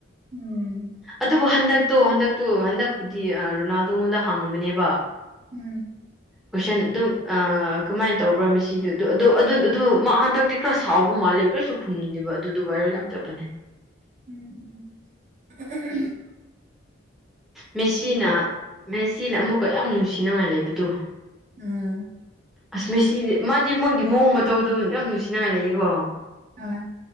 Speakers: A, on the right (about 40°); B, in the centre.
A: ꯎꯝ
B: ꯑꯗꯨꯕꯨ ꯍꯟꯗꯛ ꯇꯣ ꯍꯟꯗꯛꯇꯨ ꯍꯟꯗꯛꯄꯨꯗꯤ ꯑ ꯔꯣꯅꯥꯜꯗꯣꯉꯣꯟꯗ ꯍꯪꯕꯅꯦꯕ
A: ꯎꯝ
B: ꯀꯣꯏꯁꯟ ꯗꯨꯝ ꯑ ꯀꯃꯥꯏꯟ ꯇꯧꯕ꯭ꯔꯥ ꯃꯤꯁꯤꯗꯨ ꯗꯨ ꯑꯗꯨ ꯑꯗꯨꯟ ꯑꯗꯨ ꯃꯥ ꯍꯟꯗꯛꯇꯤ ꯈꯔ ꯁꯥꯎꯕ ꯃꯥꯜꯂꯦ ꯀ꯭ꯔꯤꯁꯨ ꯈꯨꯝꯗꯦꯕ ꯑꯗꯨꯗꯨ ꯚꯥꯏꯔꯦꯜ ꯌꯥꯝ ꯆꯠꯄꯅꯦ
A: ꯎꯝꯝ <unintelligible>
B: ꯃꯦꯁꯤꯅ ꯃꯦꯁꯤꯅ ꯑꯃꯨꯛꯀ ꯌꯥꯝ ꯅꯨꯡꯁꯤꯅꯉꯥꯏ ꯂꯩꯕꯗꯨ
A: ꯎꯝ
B: ꯑꯁ ꯃꯦꯁꯤꯗꯤ ꯃꯥꯗꯤ ꯃꯣꯏꯒꯤ ꯃꯑꯣꯡ ꯃꯇꯧꯗꯣ ꯌꯥꯝ ꯅꯨꯡꯁꯤꯅꯉꯥꯏ ꯂꯩꯌꯦꯀꯣ
A: ꯑ